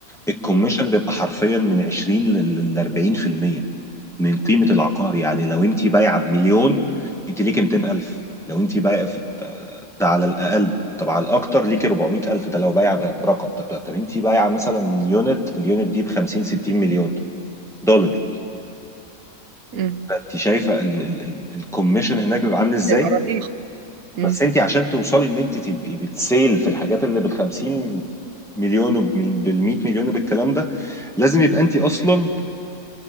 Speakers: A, in the centre; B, on the right.
A: الكوميشن
B: مم.
A: بيبقى حرفيا من 20 ل 40% من قيمة العقار
B: أيوة.
A: يعني لو انت بايعة بمليون انت ليكي 200000 لو انت بايعة في ده على الاقل طب على الاكتر ليكي 400000 ده لو بايعة برقم طب طب انت بايعة مثلا يونت اليونت دي ب 50 60 مليون دولار
B: امم
A: فانت شايفة ال- ال- ال- الكوميشن هناك بيبقى عامل ازاي
B: هيبقى رهيب امم
A: بس انت عشان توصلي ان انت تبقي بتسيل في الحاجات اللي بال 50 مليون وبال 100 مليون وبالكلام ده لازم يبقى انت اصلا